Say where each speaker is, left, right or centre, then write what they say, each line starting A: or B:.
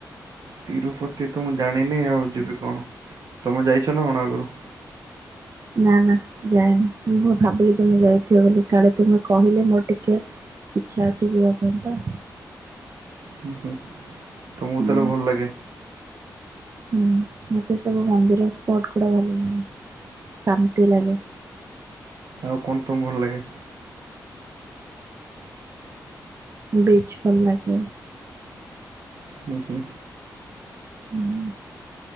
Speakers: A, on the right; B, on the right.
A: ତିରୁପତି ତ ମୁଁ ଜାଣିନି ଆଉ ଯିବି କଣ ତମେ ଯାଇଛ ନା କଣ ଆଗୁରୁ?
B: ନା ନା ଯାଏନି ମୁଁ ବ ଭାବିଲି ତୁମେ ଯାଇଥିବ ବୋଲି କାଳେ ତୁମେ କହିଲେ ମୋର ଟିକେ ଇଚ୍ଛା ଅଛି ଯିବା ପାଇଁ ତ।
A: ହୁଁ ହୁଁ ତମୁକୁ
B: ହୁଁ
A: ତାହେଲେ ଭଲ ଲାଗେ?
B: ହୁଁ ମତେ ସବୁ ମନ୍ଦିର ସ୍ପଟ ଗୁଡା ଭଲ ଲାଗେ ଶାନ୍ତି ଲାଗେ।
A: ଆଉ କଣ ତମୁ ଭଲ ଲାଗେ?
B: ବିଚ୍ ଭଲ ଲାଗେ।
A: ହୁଁ ହୁଁ।
B: ହୁଁ।